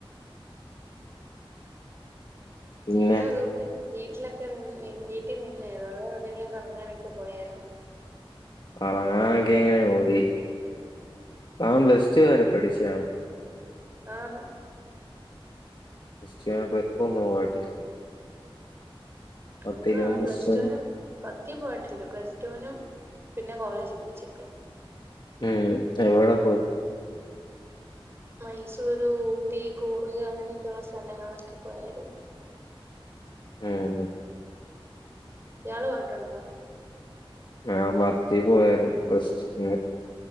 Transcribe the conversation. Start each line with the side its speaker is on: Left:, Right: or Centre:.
Left: പിന്നെ
Right: ഇന്ന് അതുകൊട്ട് വീട്ടിലൊക്കെ നി വീട്ടിൽ നിന്നേ തോടെ എവിടെയെങ്കിലും കറങ്ങാനൊക്കെ പോയായിരുന്നോ
Left: കറങ്ങാനൊക്കെ ഇങ്ങനെ പോയി അവൻ പ്ലസ് ടു വരെ പഠിച്ചാണ്
Right: ആന്ന്
Left: ക്രിസ്ത്യാനായിട്ട ഇപ്പന്നോ വാട്ടിൽ പത്തിലും
Right: എപ്പ ആ
Left: ക്രിസ്റ്റ്യാ
Right: പ്സ്റ്റ പത്തി പോയിട്ടില്ല പ്ലസ് ടു വിനും പിന്നെ കോളേജ് പഠിച്ചപ്പോ
Left: ഉം എവിടെ പോയി
Right: മൈസൂര് ഊട്ടി കൂറുക അങ്ങനെയൊക്കെയള്ള സ്ഥലങ്ങളൊക്കെ പോയാഴി രുന്നു
Left: ഉം
Right: ഇയാൾ പോയിട്ടുണ്ടോ
Left: ആഹ് ഞാൻ പത്തിൽ പോയരുന്നു പ്ലസ് ടുവിന്